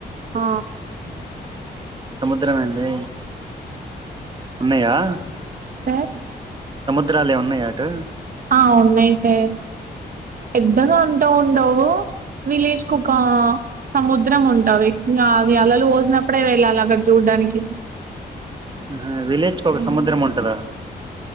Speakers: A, on the right; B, on the right.
A: ఆ.
B: ద్రమెల్లి ఉన్నాయా.? !
A: సార్.
B: ద్రాలున్నాయా అటు.? !
A: ఆ ఉన్నాయి సార్. పెద్దగా అంతా ఉండవు విలేజ్ కొకా. సముద్రం ఉంటవి. ఇగా అవి అలలు పోసినప్పుడే వెళ్ళాలి అక్కడ చూడ్డానికి.
B: అహా విలేజ్ కొక
A: హ్మ్.
B: సముద్రం ఉంటదా. !?